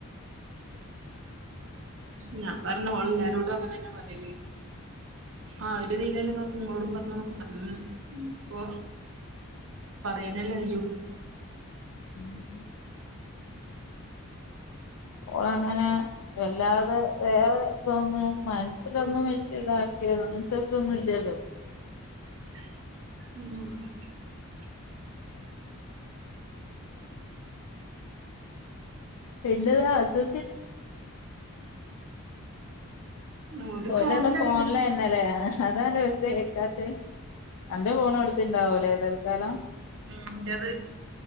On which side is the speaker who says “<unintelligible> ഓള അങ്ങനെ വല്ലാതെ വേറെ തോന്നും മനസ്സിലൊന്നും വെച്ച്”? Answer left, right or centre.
Left